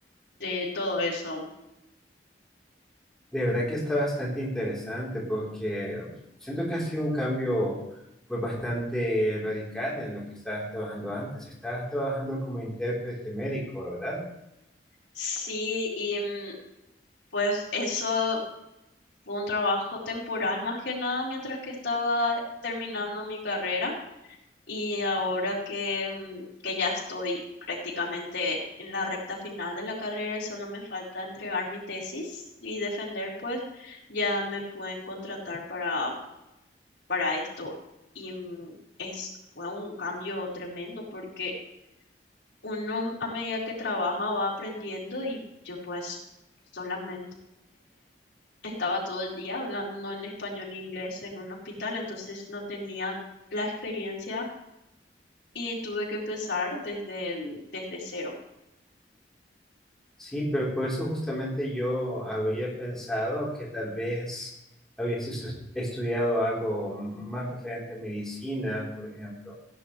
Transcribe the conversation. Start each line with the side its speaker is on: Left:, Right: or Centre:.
Left: de todo eso.
Centre: De verdad que está bastante interesante porque siento que ha sido un cambio pues bastante radical en lo que estabas trabajando antes. Estabas trabajando como intérprete médico, ¿verdad?
Left: Sí, y mm, pues eso fue un trabajo temporal más que nada mientras que estaba terminando mi carrera. Y ahora que, mm, que ya estoy prácticamente en la recta final de la carrera y solo me falta entregar mi tesis y defender, pues ya me pueden contratar para, para esto. Y mm, es, fue un cambio tremendo porque uno a medida que trabaja va aprendiendo y yo pues solamente estaba todo el día hablando en español e inglés en un hospital, entonces no tenía la experiencia y tuve que empezar desde, desde cero.
Centre: Sí, pero por eso justamente yo habría pensado que tal vez habrías estu- estudiado algo más referente a medicina, por ejemplo,